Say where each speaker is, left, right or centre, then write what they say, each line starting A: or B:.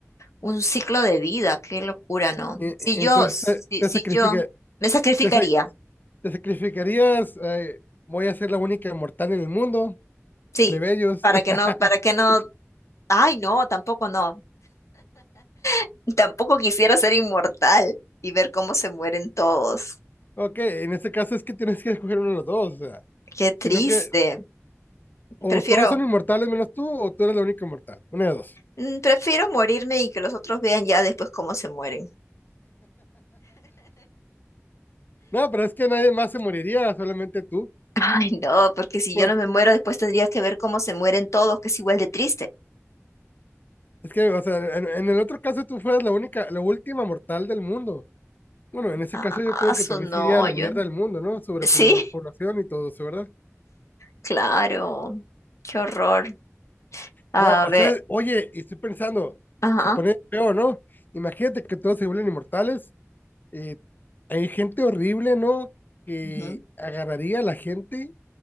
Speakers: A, on the left (about 75°); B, on the left (about 40°).
A: un ciclo de vida. Qué locura, ¿no?
B: E-
A: Si
B: e-
A: yo,
B: Entonces
A: si,
B: te, te,
A: si
B: sacrifica-
A: yo me sacrificaría,
B: te sa- te sacrificarías. eh, voy a ser la única inmortal en el mundo.
A: sí,
B: Plebeyos.
A: para
B: <laughs>
A: que no, para que no, ay, no, tampoco no. <laughs> Tampoco quisiera ser inmortal y ver cómo se mueren todos.
B: Ok, en este caso es que tienes que escoger uno de los dos, o sea,
A: Qué triste.
B: sino que o
A: Prefiero,
B: todos son inmortales menos tú, o tú eres la única inmortal, una de dos.
A: mm, prefiero morirme y que los otros vean ya después cómo se mueren.
B: No, pero es que nadie más se moriría, solamente tú.
A: Ay, no, porque si
B: Pues,
A: yo no me muero, después tendría que ver cómo se mueren todos, que es igual de triste.
B: es que, o sea, en, en el otro caso tú fueras la única, la última mortal del mundo. Bueno, en ese
A: Ah,
B: caso yo creo
A: su
B: que también
A: no,
B: se iría a la
A: yo.
B: mierda del mundo, ¿no? Sobre
A: Sí,
B: pobl- población y todo eso, ¿verdad?
A: claro. Qué horror. A
B: No, o
A: ver,
B: sea, oye, y estoy pensando,
A: ajá.
B: se pone feo, ¿no? Imagínate que todos se vuelven inmortales eh, hay gente horrible, ¿no? Que
A: ujú,
B: agarraría a la gente